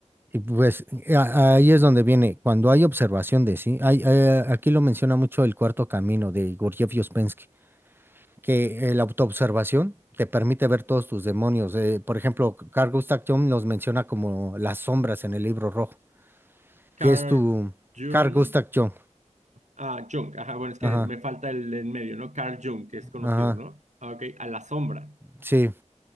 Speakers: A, on the right; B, on the right.
A: y pues y a- ahí es donde viene, cuando hay observación de sí, hay, eh, aquí lo menciona mucho el cuarto camino de Gurdjieff y Ouspensky, que eh, la autoobservación te permite ver todos tus demonios. Eh, por ejemplo, Carl Gustav Jung los menciona como las sombras en el libro rojo, que
B: Carl
A: es tu
B: Jung,
A: Carl Gustav Jung.
B: ah, Jung, ajá, bueno, es que
A: Ajá,
B: me falta el en medio, ¿no? Carl Jung, que es conocido,
A: ajá,
B: ¿no? Ah, Ok, a la sombra.
A: sí.